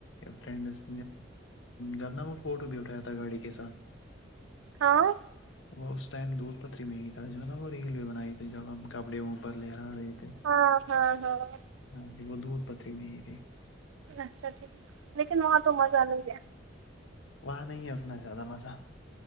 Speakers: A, on the left (about 75°); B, on the right (about 85°).
A: فرینڈس جبنا وہ فوٹو بھی اٹھایا تھا گاڑی کے ساتھ
B: ہاں
A: وہ اس ٹائم دودھ پتری میں ہی تھا جو نا وہ ریل بھی بنائی تھی جب ہم کپڑے اوپر لہرا رہے تھے
B: ہاں ہاں ہاں
A: ہاں جی وہ دودھ پتری میں ہی تھی
B: اچھا ٹھیک ہے لیکن وہاں تو مزہ نہیں ہے
A: وہاں نہیں ہے اتنا زیادہ مزہ